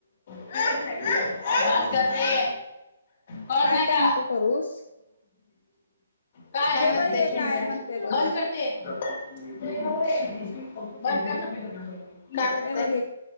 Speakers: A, on the left; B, on the left.
A: बस कर रे कळत
B: काय
A: नाही का
B: तर नको करूस
A: काय आहे
B: हे
A: म्हणते
B: बाई हे
A: चिंट्या
B: काय म्हणते बघ
A: बंद
B: हे
A: करते ह <unintelligible> <unintelligible> काय म्हणताय
B: हे बघ हे